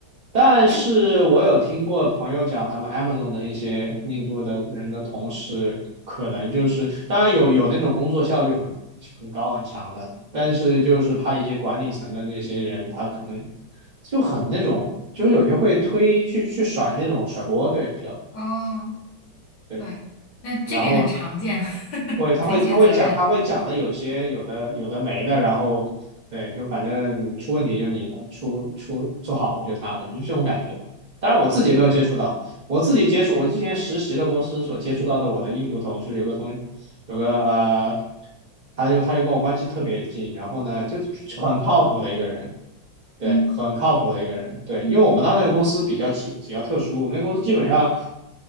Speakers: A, on the right; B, on the left.
A: 但是我有听过朋友讲，
B: 就
A: 他们 Amazon 的那些印度的人的同事，可能就是，当然有有那种工作效率很很高很强的，但是就是怕一些管理层的那些人，他可能就很那种，就是有些会推去去甩那种甩锅，对，比较多
B: 哦，
A: 对。
B: 对，那这个也很常见，
A: 然后
B: <laughs>
A: 会，他会他会讲，
B: 推卸责任，
A: 他会讲的有些有的有的没的，然后对，就反正出问题就是你的，出出做好了就他的，就是这种感觉吧。当然我自己没有接触到，我自己接触我之前实习的公司所接触到的我的印度同事，有个同有个呃，他就他就跟我关系特别近，然后呢就很靠谱的一个人。对，
B: 嗯
A: 很靠谱的一个人。对，
B: 嗯，
A: 因为我们当时那个公司比较奇比较特殊，我们那个公司基本上